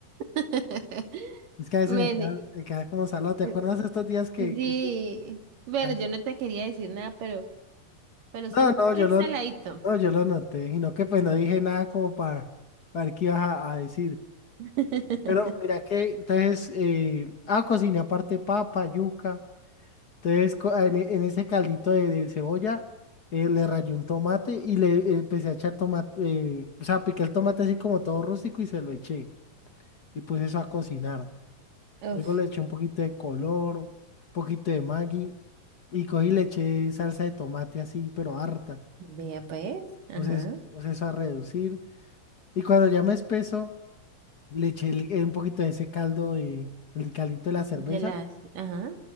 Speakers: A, on the right; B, on the left.
A: <laughs>
B: Es que a veces
A: Bueno,
B: me queda, me queda como salado. ¿Te
A: eh,
B: acuerdas estos días que,
A: sí.
B: que hice así?
A: Bueno,
B: Ah,
A: yo no te quería decir nada, pero pero siempre
B: No, no, yo lo,
A: saladito.
B: no, yo lo noté, sino que pues no dije nada como para, para ver qué ibas a, a decir.
A: <laughs>
B: Pero mira que entonces, eh, ah, cociné aparte papa, yuca. Entonces, co- en, e- en ese caldito de, de cebolla, eh, le rayé un tomate y le eh, empecé a echar tomate, eh, o sea, piqué el tomate así como todo rústico y se lo eché. Y puse eso a cocinar.
A: Uf,
B: Luego le eché un poquito de color, un poquito de Maggi y cogí y le eché salsa de tomate así, pero harta.
A: vea pues, ajá,
B: Puse, es- puse eso a reducir. Y cuando ya me espeso, le eché el- eh, un poquito de ese caldo, de, el caldito de la cerveza,
A: de las, ajá,